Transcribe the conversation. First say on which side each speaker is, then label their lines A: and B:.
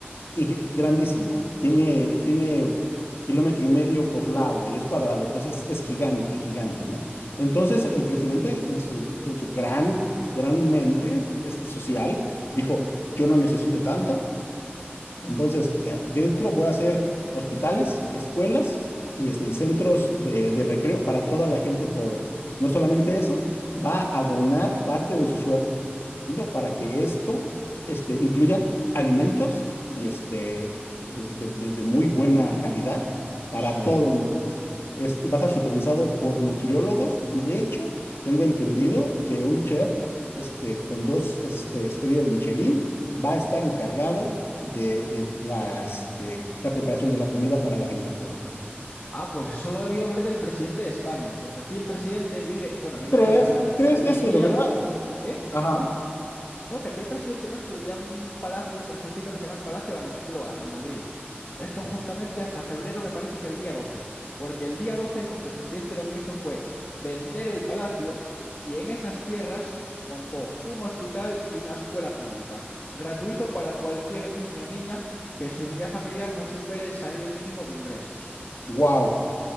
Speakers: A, on the left; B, on the left.
A: inge- grandísimo. Tiene, tiene kilómetro y medio por lado y es cuadrado, entonces es gigante, gigante, ¿no? Entonces el presidente en su, en su gran, gran mente este, social dijo, yo no necesito tanto, entonces eh, dentro voy a hacer hospitales, escuelas y, este, y centros de, de recreo para toda la gente pobre. No solamente eso, va a donar parte de su sueldo para que esto este, incluya alimentos y este, de, de- de- de muy buena calidad para
B: sí.
A: todo. el mundo. Es- va a estar supervisado por nutriólogos y de hecho tengo entendido que un chef este, con dos este, estrellas Michelin va a estar encargado de, de la, este, la preparación de la comida para la gente pobre.
B: Ah, pues eso lo debió ver del presidente de España, porque aquí el presidente vive, bueno, vive
A: ¿Tú crees?
B: no, perdón,
A: ¿Tú crees
B: vivía,
A: eso de verdad?
B: ¿eh?
A: Ajá.
B: No, que aquí el presidente nuestro vivía en un palacio, por así decirlo, que se llama el Palacio de la Moncloa, en Madrid. Esto justamente hasta febrero, me parece que el día 12, porque el día 12 nuestro presidente lo que hizo fue vender el palacio y en esas tierras montó un hospital y una escuela pública, gratuito para cualquier niño o niña que su unidad familiar no supere el salario mínimo de ingresos.
A: Wow,